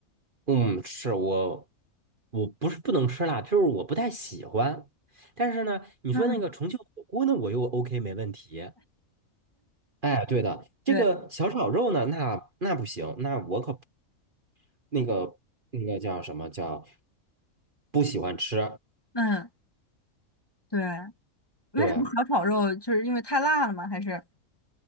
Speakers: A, on the right; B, on the left.
A: 嗯，是我，我不是不能吃辣，就是我不太喜欢。但是呢，你说那个重庆火锅呢，
B: 嗯，
A: 我又 OK 没问题。哎，对的，这个小炒肉呢，
B: 对，
A: 那那不行，那我可不那个那个叫什么叫不喜欢吃。
B: 嗯，对，为什么小炒肉就是因为太辣了吗？
A: 对，
B: 还是